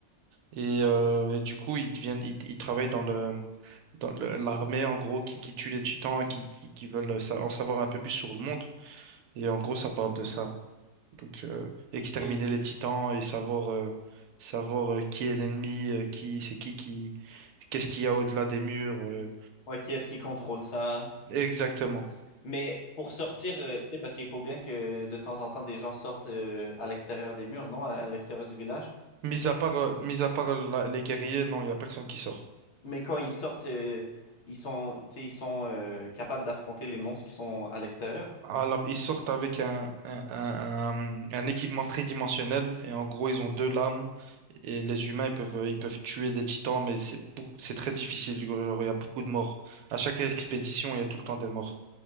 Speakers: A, on the right; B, on the left.
A: Et, euh, et du coup, ils deviennent, ils, ils travaillent dans le, dans le- l'armée, en gros, qui, qui tue les titans et qui, qui, qui veulent sa- en savoir un peu plus sur le monde. Et en gros, ça parle de ça. Donc, euh, exterminer
B: Et-
A: les titans et savoir, euh, savoir euh, qui est l'ennemi, euh, qui, c'est qui, qui, qu'est-ce qu'il y a au-delà des murs. euh.
B: Ouais, qui est-ce qui contrôle ça?
A: Exactement.
B: Mais pour sortir, euh, tu sais, parce qu'il faut bien que de temps en temps, des gens sortent euh, à l'extérieur des murs, non? À, à l'extérieur du village.
A: Mis à part, euh, mis à part la- les guerriers, non, il n'y a personne qui sort.
B: Mais quand ils sortent, euh, ils sont, tu sais, ils sont euh, capables d'affronter les monstres qui sont à l'extérieur.
A: Alors, ils sortent avec un, un, un- un- un équipement tridimensionnel et en gros, ils ont deux lames et les humains, ils peuvent, ils peuvent tuer des titans, mais c'est beaucoup, c'est très difficile. Genre, il y a beaucoup de morts. À chaque expédition, il y a tout le temps des morts.